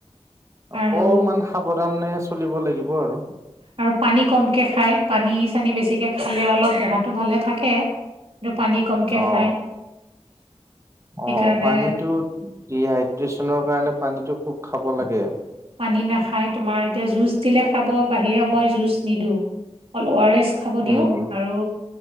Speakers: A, on the right (about 25°); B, on the right (about 60°).
A: অকমান
B: আৰু
A: সাৱধানে চলিব লাগিব আৰু।
B: আৰু পানী কমকে খাই পানী-চানী বেছিকে খালে অলপ দেহাটো ভালে থাকে। আৰু পানী। কমকে
A: অ
B: খায় সেইকাৰণে
A: অ পানীটোত। ডিহাইড্ৰেচন কাৰণে পানীটো খুব খাব লাগে।
B: পানী নাখায় তোমাৰ এতিয়া জুচ দিলে খাব, বাহিৰা মই জুচ নিদিওঁ অকল অ' আৰ এছ। খাব দিওঁ
A: উম
B: আৰু